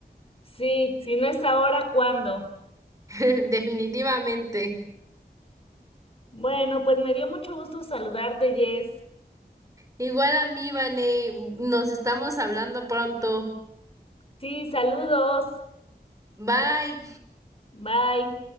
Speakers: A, on the left; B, on the right.
A: Sí, si no es ahora, ¿cuándo?
B: <laughs> Definitivamente.
A: Bueno, pues me dio mucho gusto saludarte, Jess.
B: Igual a mí, Vane, nos estamos hablando pronto.
A: Sí, saludos.
B: Bye.
A: Bye.